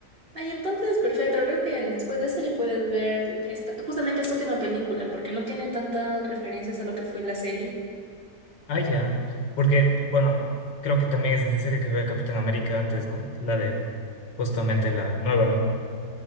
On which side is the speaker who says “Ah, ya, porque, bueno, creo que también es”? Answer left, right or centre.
Left